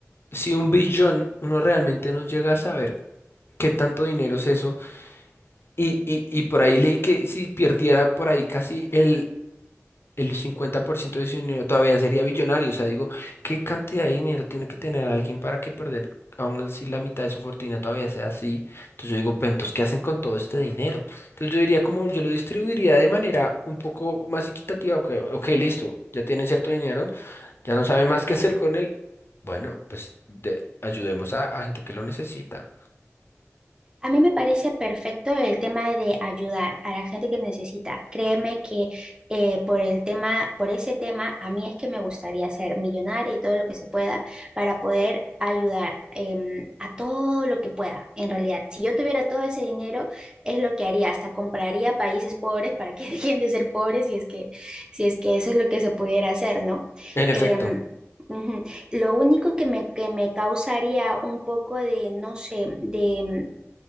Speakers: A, on the left; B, on the right.
A: si un billón uno realmente no llega a saber qué tanto dinero es eso, y, y, y por ahí leí que si perdiera por ahí casi el el 50% de su dinero todavía sería billonario. O sea, digo, ¿qué cantidad de dinero tiene que tener alguien para que perder aún así la mitad de su fortuna todavía sea así? Entonces yo digo, pero entonces, ¿qué hacen con todo este dinero? Entonces yo diría como yo lo distribuiría de manera un poco más equitativa. Ok, ok, listo, ya tienen cierto dinero, ya no saben más qué hacer con él. Bueno, pues de- ayudemos a, a gente que lo necesita.
B: A mí me parece perfecto el tema de ayudar a la gente que necesita. Créeme que eh, por el tema, por ese tema, a mí es que me gustaría ser millonaria y todo lo que se pueda para poder ayudar em, a todo lo que pueda, en realidad. Si yo tuviera todo ese dinero, es lo que haría. Hasta compraría países pobres para que <laughs> dejen de ser pobres, si es que, si es que eso es lo que se pudiera hacer, ¿no?
A: En efecto,
B: Em, ujú. Lo único que me, que me causaría un poco de, no sé, de